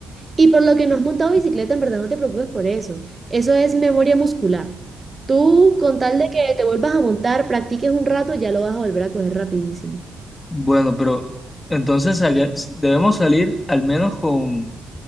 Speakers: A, on the right; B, on the left.
A: Y por lo que no has montado bicicleta, en verdad no te preocupes por eso. Eso es memoria muscular. Tú, con tal de que te vuelvas a montar, practiques un rato, ya lo vas a volver a coger rapidísimo.
B: Bueno, pero entonces salga- debemos salir al menos con,